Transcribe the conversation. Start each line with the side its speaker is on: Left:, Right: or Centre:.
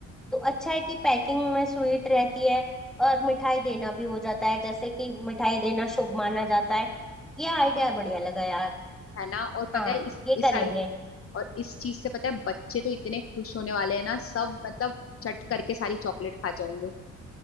Centre: तो अच्छा है कि पैकिंग में स्वीट रहती है और मिठाई देना भी हो जाता है जैसे कि मिठाई देना शुभ माना जाता है ये आइडिया बढ़िया लगा यार
Left: है ना और पता
Centre: हाँ
Left: है इस
Centre: ये
Left: इस
Centre: करेंगे
Left: आइडिया और इस चीज से पता है बच्चे तो इतने खुश होने वाले हैं ना सब मतलब चट करके सारी चॉकलेट खा जाएंगे